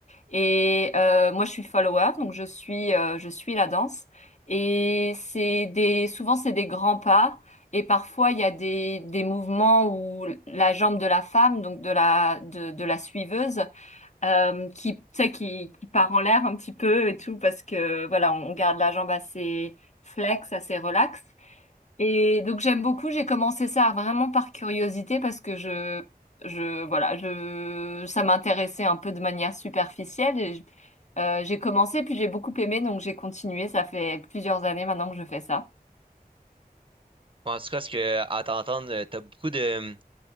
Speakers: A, on the left (about 45°); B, on the right (about 35°).
A: Et euh, moi je suis follower, donc je suis, euh, je suis la danse. Et c'est des, souvent c'est des grands pas, et parfois il y a des, des mouvements où la jambe de la femme, donc de la, de, de la suiveuse, euh, qui, tu sais, qui, qui part en l'air un petit peu et tout, parce que voilà, on on garde la jambe assez flex, assez relax. Et donc j'aime beaucoup, j'ai commencé ça vraiment par curiosité parce que je je voilà, je ça m'intéressait un peu de manière superficielle et je- euh, j'ai commencé puis j'ai beaucoup aimé donc j'ai continué, ça fait plusieurs années maintenant que je fais ça.
B: Bon, En tout cas, est-ce que, à t'entendre, euh, t'as beaucoup de,